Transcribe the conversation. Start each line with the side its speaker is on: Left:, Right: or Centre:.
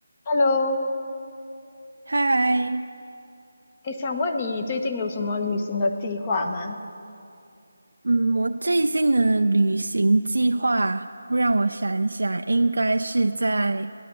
Left: Hello，
Right: 嗨，
Left: 诶，想问你最近有什么旅行的计划吗？
Right: 嗯，我最近的旅行计划，让我想一想，应该是在